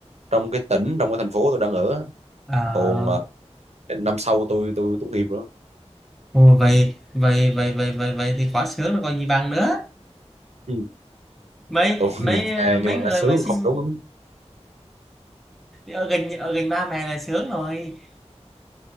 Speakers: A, on the right; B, in the centre.
A: trong cái tỉnh trong cái thành phố tôi đang ở á.
B: À,
A: còn ờ, năm sau tôi tôi tốt nghiệp nữa
B: ồ, vậy vậy vậy vậy vậy vậy thì quá sướng rồi còn gì bằng nữa.
A: ừ.
B: Mấy
A: tôi <laughs>
B: mấy
A: nhưng mà
B: mấy
A: nhưng mà
B: người
A: nghe sướng
B: mà xin
A: không đúng
B: ở gần ở gần ba mẹ là sướng rồi.